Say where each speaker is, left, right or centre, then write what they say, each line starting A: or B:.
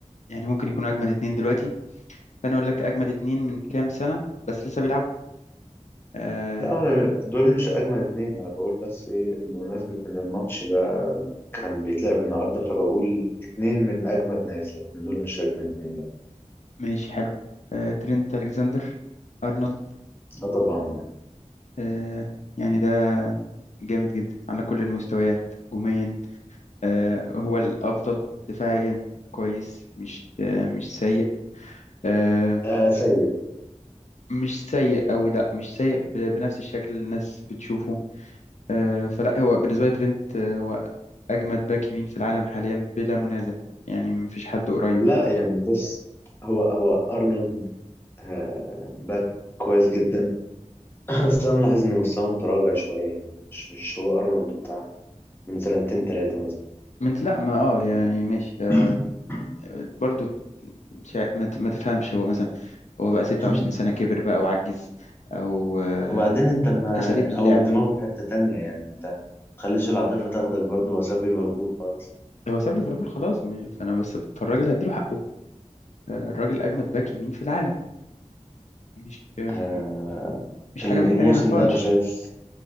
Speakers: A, on the left; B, on the left.
A: يعني ممكن يكونوا اجمد اتنين دلوقتي فانا اقول لك اجمد اتنين من كام سنة بس لسه بيلعبوا آه
B: لا انا دول مش اجمل اتنين انا بقول بس ايه بمناسبة ان الماتش ده كان بيتلعب النهاردة فبقول اتنين من اجمد ناس لكن دول مش اجمل اتنين لا
A: ماشي حلو آه ترينت الكسندر ارنولد
B: لا طبعا يعني
A: آه يعني ده جامد جدا على كل المستويات هجوميا آه هو الافضل دفاعيا كويس مش آه مش سيء آه
B: آه سيء
A: مش سيء قوي لا مش سيء ب- بنفس الشكل اللي الناس بتشوفه آه فلا هو بالنسبة لي ترينت آه، هو أجمد باك يمين في العالم حاليا بلا منازع يعني مفيش حد قريب
B: لا يعني بص هو هو ارنولد آه باك كويس جدا <clears throat> <laughs> بس انا ملاحظ ان مستواه متراجع شويه يعني مش مش هو ارنولد بتاع من سنتين ثلاثه مثلا
A: من لا ما اه يعني ماشي آه
B: <clears throat>
A: برضو شا- ما ت- ما تفهمش هو مثلا هو بقى 26
B: <coughs>
A: سنة كبر بقى وعجز أو آه
B: وبعدين انت ما
A: أساليب
B: <clears throat>
A: اللعب
B: او دماغه في حته تانية يعني انت ما تخليش العاطفه تاخدك برضه هو ساب ليفربول خلاص
A: هو ساب ليفربول خلاص م- فأنا بس فالراجل هديله حقه آه الراجل أجمد باك يمين في العالم مش آم،
B: آه،
A: مش
B: ال-
A: حاجة محتاجة
B: الموسم
A: نقاش
B: ده انا شايف